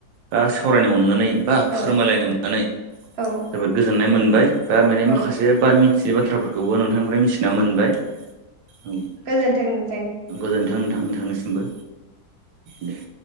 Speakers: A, on the right; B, on the right.
A: बा सावरायनो मोननानै बा
B: औ
A: फोरमायलायनो मोननानै
B: औ
A: जोबोद गोजोननाय मोनबाय दा माने
B: औ
A: माखासे बा मिथियै बाथ्राफोरखौबो नोंथांनिफ्राय मिथिना मोनबाय औ
B: गोजोन्थोंनो
A: गोजोन्थांोंथां नोंथांनिसिमबो दे